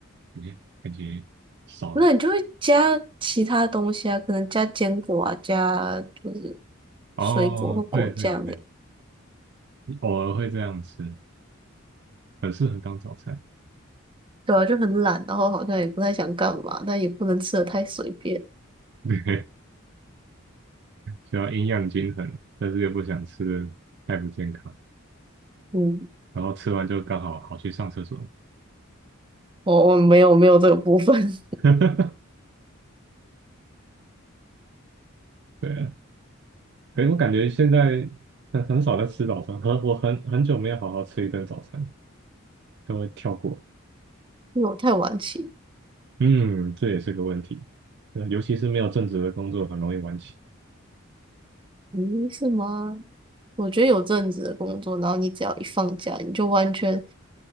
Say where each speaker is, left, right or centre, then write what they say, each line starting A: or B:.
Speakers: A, on the right; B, on the right.
A: 感觉感觉少了什
B: 那你就会加其他东西啊，可能加坚果啊，加就是
A: 么哦，
B: 水果或果酱的，
A: 对对对，偶尔会这样吃，很适合当早餐，
B: 对啊，就很懒，然后好像也不太想干嘛，但也不能吃的太随便，
A: <laughs> 需要营养均衡，但是又不想吃的太不健康。
B: 嗯，
A: 然后吃完就刚好好去上厕所。
B: 我我没有没有这个部分，<laughs>
A: <laughs> 对啊，可是我感觉现在很很少在吃早餐，很我很很久没有好好吃一顿早餐，都会跳过。
B: 因为我太晚起。
A: 嗯，这也是个问题，呃尤其是没有正职的工作，很容易晚起。
B: 嗯，是吗？我觉得有阵子的工作，然后你只要一放假，你就完全